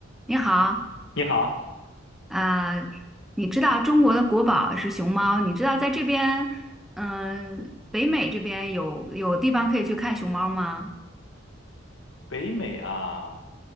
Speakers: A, in the centre; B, on the left.
A: 你好，
B: 你好，
A: 啊、你知道中国的国宝是熊猫？你知道在这边，嗯、北美这边有有地方可以去看熊猫吗？
B: 北美啊，